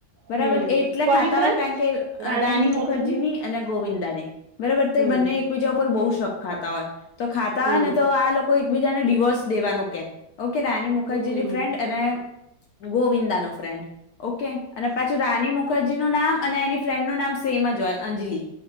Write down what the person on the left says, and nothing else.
બરાબર
એ એટલે
ખાતા
હોય કારણ કે
રાની
મુખર્જી ની અને ગોવિંદા ની બરાબર તો
એ બંને એકબીજા ઉપર બહ છક ખાતા હોય. તો ખાતા
હોય ને તો આ લોકો એકબીજાને ડડીવોર્સ દેવાનું કે ઓકે રાની મુખર્જીની
ફ્રેન્ડ અને ગોવિંદા ન ફ્રેન્ડ ઓકે. અને પાછી રાની મુખ રજી નું નામ અને એની ફ્રેન્ડ નનું નામ સેમ જ હોય અંજલી.